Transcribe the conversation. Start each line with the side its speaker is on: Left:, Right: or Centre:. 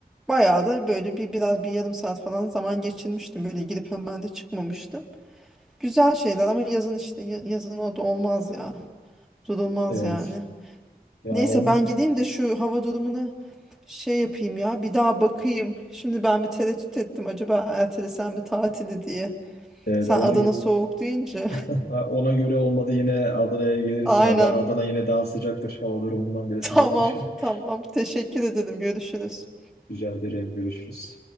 Centre: bayağı da böyle bir biraz bir yarım saat falan zaman geçirmiştim böyle girip hemen de çıkmamıştım. Güzel şeyler ama yazın işte ya- yazın orada olmaz ya durulmaz
Left: Evet.
Centre: yani.
Left: Ya
Centre: Neyse
Left: onun
Centre: ben gideyim de şu hava durumuna şey yapayım ya. Bir daha bakayım. Şimdi ben bir tereddüt ettim. Acaba ertelesem mi tatili diye.
Left: evet
Centre: Sen
Left: ona
Centre: Adana
Left: gö-
Centre: soğuk deyince.
Left: <laughs> ona göre olmadı yine Adana'ya
Centre: <laughs>
Left: gelirsin.
Centre: Aynen.
Left: Adana, Adana yine daha sıcaktır. Hava durumundan bile
Centre: Tamam,
Left: sıcaktır.
Centre: tamam.
Left: <laughs>
Centre: Teşekkür ederim. Görüşürüz.
Left: Rica ederim. Görüşürüz.